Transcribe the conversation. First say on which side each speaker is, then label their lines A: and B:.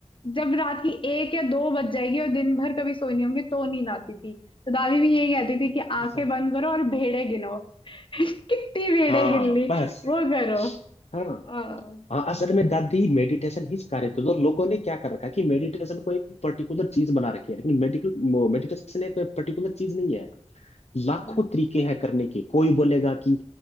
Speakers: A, on the left (about 45°); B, on the left (about 65°).
A: जब रात की एक या दो बज जाएगी और दिन भर कभी सोई नहीं होंगी तो नींद आती थी तो दादी भी यही कहती थी कि आंखें
B: अच्छा
A: बंद करो और भेड़े गिनो <laughs> कितनी भेड़े
B: हाँ
A: गिन ली
B: बस
A: वो करो
B: हाँ हाँ
A: हाँ
B: असल में दादी मेडिटेशन ही सिखा रहे थे तो लोगों ने क्या कर रखा है कि मेडिटेशन को एक पर्टिकुलर चीज बना रखी है लेकिन मेडिकल मेडिटेशन एक पर्टिकुलर चीज नहीं है लाखों
A: हम्म,
B: तरीके हैं करने के कोई बोलेगा कि